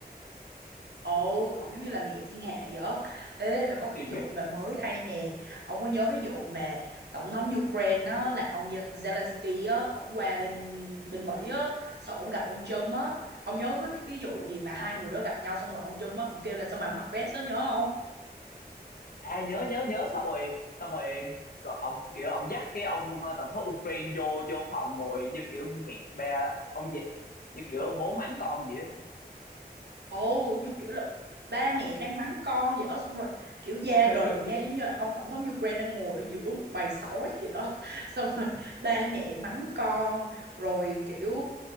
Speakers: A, on the right; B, on the left.
A: Ồ, ông giống như là mẹ thiên hạ vậy á. Ê, mà
B: <laughs>
A: có cái vụ mà mới đây nè, ông có nhớ cái vụ mà tổng thống Ukraine á, là ông Ye- Zelensky á, ông qua bên bên Mỹ á, xong ông gặp ông Trump á, ông nhớ cái, cái vụ gì mà hai
B: à,
A: người đó gặp nhau xong rồi ông Trump á, ông kêu là sao mà ông mặc vest đó nhớ không?
B: à nhớ nhớ nhớ xong rồi xong rồi có- ông kiểu ông dắt cái ông ờ, tổng thống Ukraine vô vô phòng ngồi như kiểu mẹ bè ông vậy như kiểu bố mắng con vậy á.
A: ồ như kiểu là ba mẹ đang mắng con vậy đó xong rồi kiểu gia
B: <laughs>
A: đình nha giống như là ông tổng thống Ukraine đang ngồi ở giữa một bầy sói vậy đó <laughs> xong rồi ba mẹ mắng con rồi kiểu